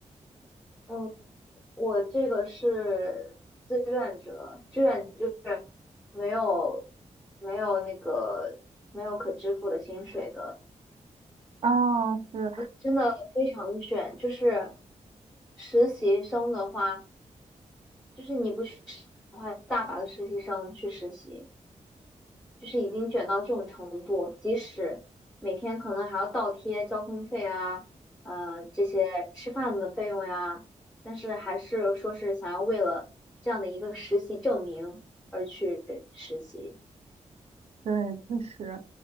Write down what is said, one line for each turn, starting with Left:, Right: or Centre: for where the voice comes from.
Centre: 嗯，我这个是志愿者，志愿就是没有没有那个没有可支付的薪水的，
Right: 啊，是，
Centre: 真的非常卷。就是实习生的话，就是你不去实习的话，大把的实习生去实习。就是已经卷到这种程度，即使每天可能还要倒贴交通费啊，呃，这些吃饭的费用呀，但是还是说是想要为了这样的一个实习证明而去实习。
Right: 对，确实，